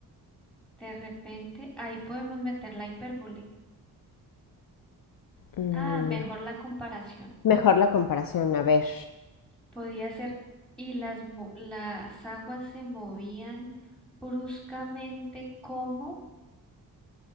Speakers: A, in the centre; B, on the left (about 60°).
A: de repente, ahí podemos meter la hipérbole.
B: Mm,
A: Ah, mejor la comparación.
B: Mejor la comparación, a ver,
A: Podía ser, y las, mo- las aguas se movían bruscamente como,